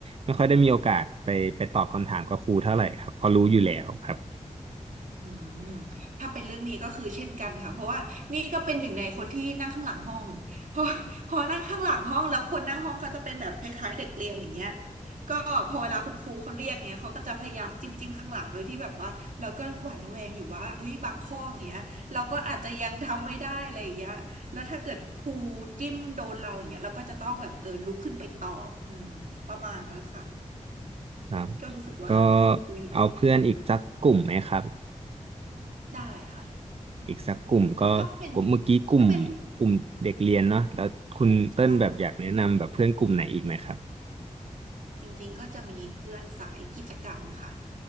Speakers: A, on the right (about 50°); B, on the right (about 75°).
A: ไม่ค่อยได้มีโอกาสไปไปตอบคำถามกับครูเท่าไหร่ครับเพอรู้อยู่แล้วครับ
B: อืมถ้าเป็นเรื่องนี้ก็คือเช่นกันค่ะเพราะว่านี่ก็เป็นหนึ่งในคนที่นั่งข้างหลังห้องเพราะ <laughs> พอนั่งข้างหลังห้องแล้วคนนั่งห้องเขาจะเป็นแบบคล้ายๆเด็กเรียนอย่างเงี้ยก็พอเวลาคุณครูเขาเรียกเงี้ยเขาก็จะพยายามจิ้มจิ้มข้างหลังโดยที่แบบว่าเราก็หวั่นระแวงอยู่ว่าเอ้ยบางข้ออย่างเงี้ยเราก็อาจจะยังทำไม่ได้อะไรอย่างเงี้ยแล้วถ้าเกิดครูจิ้มโดนเราอย่างเงี้ยเราก็จะต้องแบบเออลุกขึ้นไปตอบอืมประมาณนั้นค่ะ
A: ครับ
B: ก็รู้สึกว่า
A: ก็
B: อุ๊ยรู้สึก
A: เอาเพื่อนอีกสักกลุ่มไหมครับ
B: ได้ค่ะ
A: อีกสักกลุ่มก็กลุ่มเมื่อกี้กลุ่ม
B: ถ้าเป็นถ้าเป็นผู้
A: กลุ่มเด็กเรียนเนาะแล้วคุณเติ้ลแบบอยากแนะนำแบบเพื่อนกลุ่มไหนอีกไหมครับ
B: ชายค่ะจริงๆก็จะมีเพื่อนสายกิจกรรมค่ะ